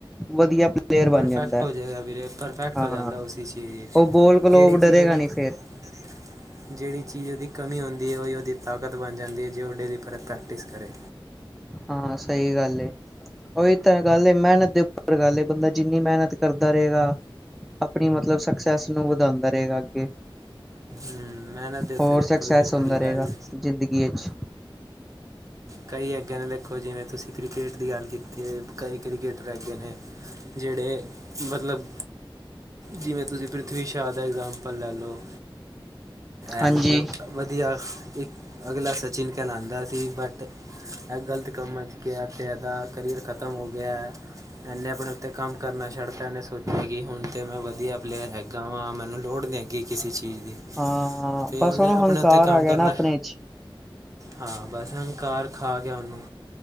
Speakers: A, in the centre; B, on the right (about 35°).
A: ਵਧੀਆ। ਪਲੇਅਰ ਬਣ
B: ਪਰਫੈਕਟ
A: ਜਾਂਦਾ
B: ਹੋ ਜਾਏਗਾ ਵੀਰੇ, ਪਰਫੈਕਟ
A: ਹਾਂ
B: ਹੋ ਜਾਂਦਾ ਉਸੀ ਚੀਜ਼ ਵਿਚ
A: ਉਹ ਬੋਲ ਕੋਲੋਂ
B: ਜਿਹੜੀ
A: ਡਰੇਗਾ
B: ਚੀਜ਼ ਉਹਦੀ।
A: ਨਹੀਂ
B: <unintelligible>
A: ਫੇਰ
B: ਜਿਹੜੀ ਚੀਜ਼ ਉਦੀ ਕਮੀ ਹੁੰਦੀ, ਉਹੀ ਉਹਦੀ ਤਾਕਤ ਬਣ ਜਾਂਦੀ ਐ, ਜੇ ਉਹ ਡੇਲੀ ਪਰਤ ਪ੍ਰੈਕਟਿਸ ਕਰੇ।
A: ਹਾਂ ਸਹੀ ਗੱਲ ਏ। ਉਹੀ ਤਾਂ ਗੱਲ ਏ, ਮਿਹਨਤ ਦੇ ਉੱਪਰ ਗੱਲ ਏ, ਬੰਦਾ ਜਿੰਨੀ ਮਿਹਨਤ ਕਰਦਾ ਰਹੇਗਾ। ਆਪਣੀ ਮਤਲਬ ਸਕਸੈਸ ਨੂੰ ਵਧਾਂਦਾ ਰਹੇਗਾ ਅੱਗੇ।
B: ਹਮ, ਮਿਹਨਤ ਦੇ ਉੱਤੇ
A: ਹੋਰ
B: ਦੇਖੋ
A: ਸਕਕਸੈਸ
B: ਵੀਰੇ
A: ਹੁੰਦਾ
B: ਸਾਰੀ
A: ਰਹੇਗਾ,
B: ਗੱਲ
A: ਜ਼ਿੰਦਗੀ ਵਿਚ।
B: ਕਈ ਅੱਗੇ ਨੇ ਦੇਖੋ ਜਿਵੇਂ ਤੁਸੀਂ ਕ੍ਰਕੇਟ ਦੀ ਗੱਲ ਕੀਤੀ ਐ, ਕਈ ਕ੍ਰਿਕੇਟਰ ਰਹਿਗਏ ਨੇ। ਜਿਹੜੇ, ਮਤਲਬ। ਜਿਵੇਂ ਤੁਸੀਂ ਪ੍ਰਿਥਵੀ ਸ਼ਾਹ ਦਾ ਇਗਜ਼ਾਮਪਲ ਲੈ ਲਓ।
A: ਹਾਂਜੀ
B: ਐ ਮਤਲਬ ਵਧੀਆ, ਇੱਕ ਅਗਲਾ ਸਚਿਨ ਕਹਿਲਾਂਦਾ ਸੀ ਬਟ। ਐ ਗਲਤ ਕੰਮਾਂ 'ਚ ਗਿਆ ਤੇ ਐਹਦਾ ਕਰੀਅਰ ਖਤਮ ਹੋ ਗਿਆ ਐ। ਇਹਨੇ ਆਪਣੇ ਉੱਤੇ ਕੰਮ ਕਰਨਾ ਛੱਡਤਾ ਇਹਨੇ ਸੋਚਿਆ ਕਿ ਹੁਣ ਤੇ ਮੈਂ ਵਧੀਆ ਪਲੇਅਰ ਹੈਗਾ ਵਾਂ ਮੈਨੂੰ ਲੋੜ ਨੀਂ ਹੈਗੀ। ਕਿਸੇ ਚੀਜ਼ ਦੀ
A: ਹਾਂ
B: ਤੇ
A: ਬਸ
B: ਉਹਨੇ
A: ਉਹਨੂੰ
B: ਆਪਣੇ
A: ਹੰਕਾਰ
B: ਉੱਤੇ ਕੰਮ
A: ਆ ਗਿਆ
B: ਕਰਨਾ।
A: ਨਾ ਆਪਣੇ ਚ
B: ਹਾਂ ਬਸ ਹੰਕਾਰ ਖਾ ਗਿਆ ਉਹਨੂੰ।